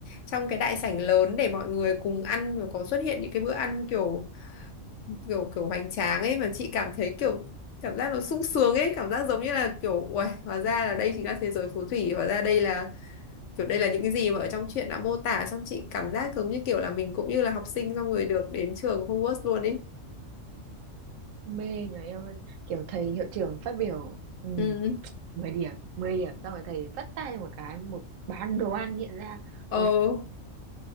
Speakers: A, on the left; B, on the right.
A: trong cái đại sảnh lớn để mọi người cùng ăn và có xuất hiện những cái bữa ăn kiểu kiểu kiểu hoành tráng ấy mà chị cảm thấy kiểu cảm giác nó sung sướng ấy cảm giác giống như là kiểu uầy, hóa ra là đây chính là thế giới phù thủy hóa ra đây là kiểu đây là những cái gì mà ở trong truyện đã mô tả xong chị cảm giác giống như kiểu là mình cũng như là học sinh xong rồi được đến trường Hogwarts luôn ấy
B: mê nhờ em ơi kiểu thầy hiệu trưởng phát biểu ừ.
A: ừ
B: 10 điểm mười điểm xong rồi thầy vắt tay một cái một bán đồ ăn hiện ra
A: ờ
B: ui